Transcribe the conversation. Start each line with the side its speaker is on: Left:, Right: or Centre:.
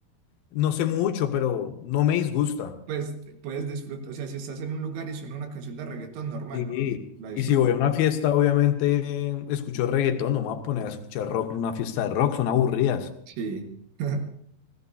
Left: no sé mucho, pero no me disgusta.
Right: pues te- puedes disfrutar, o sea, si estás en un lugar y suena una canción de reggaetón normal,
Left: Sí.
Right: no, la disfrutas.
Left: Y si voy a una fiesta, obviamente escucho reggaetón, no me voy a poner a escuchar rock en una fiesta de rock, son aburridas.
Right: Sí, <laughs>